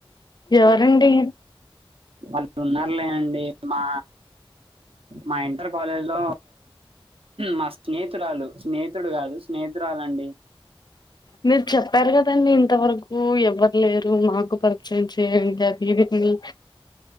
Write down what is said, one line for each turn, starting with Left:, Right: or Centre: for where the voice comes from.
Left: ఎవరండి
Right: అలా ఇరు ఉన్నారు లేనండి మా మా ఇంటర్ కాలేజ్ లో మా స్నేహతురాలు స్నేహి ితుడు కాదు స్నేహితురాలండి
Left: మీరు చెప్పారు కదండి ఇంతవరకు ఎవ్వరు లేరు మాకు పరిచయం చేయండి అక్ ఇవిత్ని